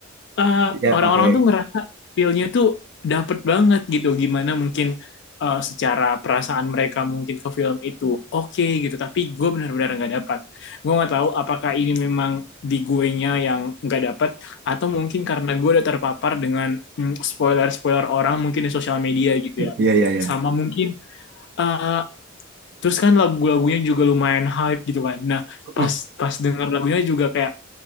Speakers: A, on the left (about 60°); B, on the right (about 55°).
A: eh,
B: Iya,
A: orang-orang
B: pakai.
A: tuh ngerasa feel-nya tuh dapet banget gitu. Gimana mungkin eh, secara perasaan mereka mungkin ke film itu oke gitu. Tapi gue benar-benar nggak dapat. Gue nggak tahu apakah ini memang di guenya yang nggak dapat atau mungkin karena gue udah terpapar dengan mm, spoiler-spoiler orang mungkin di sosial media gitu ya.
B: Iya, iya, iya.
A: Sama mungkin eh, terus kan lagu-lagunya juga lumayan hype gitu kan. Nah pas
B: Hmm.
A: pas denger lagunya juga kayak